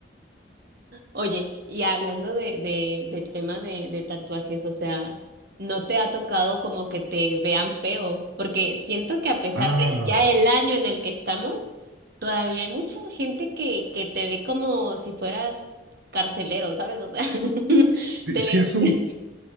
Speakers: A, on the right (about 55°); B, on the right (about 80°).
A: Oye, y hablando de, de, del tema de, de tatuajes, o sea, ¿no te ha tocado como que te vean feo? Porque siento que a pesar
B: Ah,
A: de ya el año en el que estamos, todavía hay mucha gente que, que te ve como si fueras carcelero, ¿sabes? O sea, <laughs>
B: sí,
A: te
B: sí es un
A: ven...